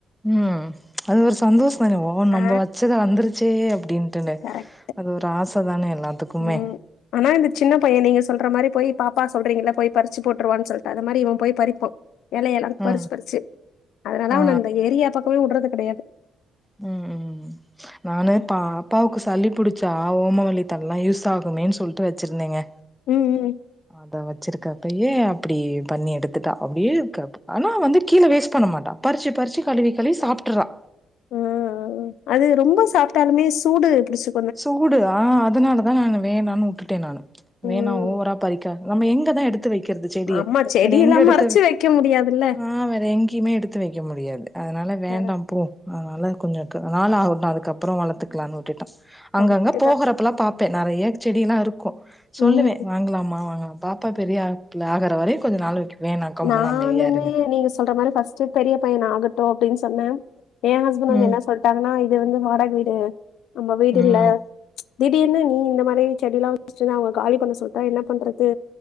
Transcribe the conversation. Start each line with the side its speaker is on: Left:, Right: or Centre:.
Centre: ம் அது ஒரு சந்தோஷம் தானே
Left: ஆ
Centre: நம்ப வச்சது வந்துருச்சே அப்டின்
Left: கரெக்ட்.
Centre: அது ஒரு ஆசை தானே எல்லாதுக்குமே
Left: ம். ஆனா இந்த சின்ன பையன் நீங்க சொல்ற மாரி போயி பாப்பா சொல்றீங்கள்ள போயி பறிச்சு போட்டுருவான்னு சொல்லிட்டு அது மாரி இவன் போயி பறிப்பா எலையெல்லா
Centre: ம்
Left: பறிச்சி பறிச்சி அதனாலா அவன
Centre: ஆ
Left: அந்த ஏரியா பக்கமே வுடுறது கெடையாது
Centre: ம் ம் நானே பாப்பாவுக்கு சளி புடிச்சா ஓமவல்லித்தள எல்லாம் யூஸ் ஆகுமேன்னு சொல்லிட்டு வச்சிருந்தேங்க
Left: ம் ம்
Centre: அத வச்சிருக்கப்பயே அப்படி பண்ணி எடுத்துட்டா அப்டியே இருக்கப் ஆனா வந்து கீழ வேஸ்ட் பண்ண மாட்டா பறிச்சி பறிச்சி கழுவி கழுவி சாப்ட்டறா
Left: அ ஆ அது ரொம்ப சாப்ட்டாலுமே சூடு புடிச்சி
Centre: சூடு ஆ அதனாலதா நா வேணானு உட்டுடே நானு
Left: ம்.
Centre: வேணா ஓவரா பறிக்க நம்ம எங்கதா எடுத்து வைகிறது செடிய
Left: ஆமா செடி
Centre: வேற எங்க
Left: எல்லாம்
Centre: எடுத்து
Left: மறைச்சு வைக்க முடியாதுல்ல.
Centre: ஆ் வேற எங்க எங்கயுமே எடுத்து வைக்க முடியாது அதனால வேண்டா
Left: கரெக்ட்
Centre: போ அதனால கொஞ்சோ நாள் ஆகட்டு அதுக்கப்றோ வளர்த்துக் க்லானு விட்டுட்டோ அங்கங்க
Left: கரெக்ட்டு
Centre: போகறப்பல்லா
Left: தான்.
Centre: பாப்பே நறையா செடி எல்லா இருக்கு சொல்லுவே
Left: ம்.
Centre: வாங்லாமா வாங்லாமா பாப்பா பெரிய பிள்ள ஆகுற வரையும் கொஞ்ச நாள் வரைக்கு வேணா கம்முனு
Left: நானுமே
Centre: அமைதியா இருங்கன்ட்டு
Left: நீங்க சொல்ற மாரி பஸ்ட் ட்டு பெரிய பையனாகட்டு அப்டின்னு சொன்னே ஏ ஹஸ்பண்ட்
Centre: ம்
Left: வந்து என்ன சொல்ட்டாங்கன்னா இது வந்து வாடகை வீடு நம்ம வீடு
Centre: ம்
Left: இல்ல திடிர்னு நீ இந்த மாரி செடிய எல்லா வச்சிட்டன்னா அவங்க காலி பண்ண சொல்லிட்டா என்ன பண்றது